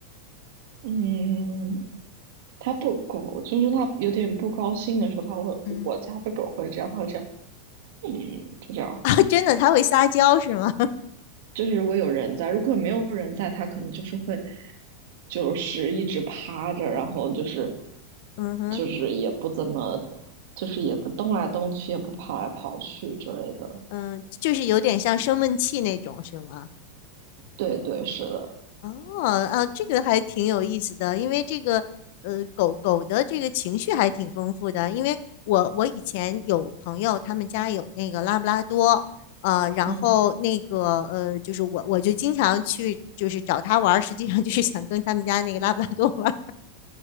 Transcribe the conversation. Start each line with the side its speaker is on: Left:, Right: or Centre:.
Right: 嗯，它不狗，就是它有点不高兴的时候，它会，
Left: 嗯
Right: 我家的狗会这样，它会这样，嗯，就这样。
Left: <laughs> 啊，真的，它会撒娇是吗？
Right: 就是如果有人在，如果没有人在，它可能就是会，就是一直趴着，然后就是，
Left: <laughs> 嗯哼，
Right: 就是也不怎么，就是也不动来动去，也不跑来跑去之类的。
Left: 嗯，就是有点像生闷气那种是吗？
Right: 对对，是的，
Left: 哦，啊，这个还挺有意思的，因为这个呃，狗狗的这个情绪还挺丰富的。因为我我以前有朋友，他们家有那个拉布拉多，呃，然后那个呃，
Right: 嗯
Left: 就是我我就经常去就是找他玩儿实际上就是想跟他们家那个拉布拉多玩